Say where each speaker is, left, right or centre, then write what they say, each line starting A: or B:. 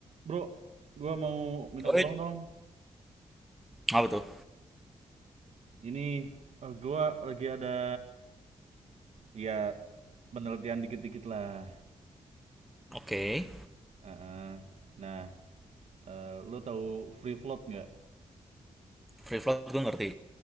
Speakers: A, on the right; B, in the centre.
A: Bro, gua mau minta
B: Oh,
A: tolong
B: it-
A: dong.
B: Apa tuh?
A: Ini eh, gua lagi ada ya penelitian dikit-dikit lah.
B: Oke. okay.
A: Heeh. Nah, eh, lu tahu free float nggak?
B: Free float gue ngerti.